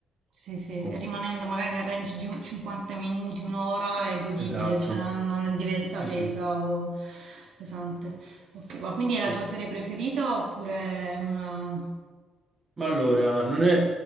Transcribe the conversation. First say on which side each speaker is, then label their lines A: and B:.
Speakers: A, on the right; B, on the right.
A: Sì, sì,
B: Co-
A: rimanendo magari nel range di un- 50 minuti, un'ora è godibile,
B: Esatto,
A: cioè non, non diventa
B: sì,
A: tesa
B: sì,
A: o pesante. Ok, ma quindi è
B: sì.
A: la tua serie preferita oppure è una...
B: Ma allora, non è,